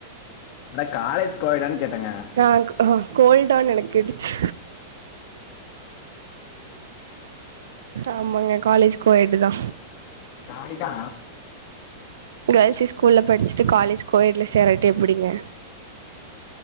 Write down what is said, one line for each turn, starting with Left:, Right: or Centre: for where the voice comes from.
Left: அட காலேஜ் கோயடான்னு கேட்டங்க
Right: நா க அஹா கோல்டா எனக் கேட்டுச்சி ஆமாங்க காலேஜ் கோ எட் தா
Left: ஜாலி தா
Right: கேர்ள்ஸ் ஸ்கூல்ல படிச்சிட்டு காலேஜ் கோஎட்ல சேராட்டி எப்டிங்க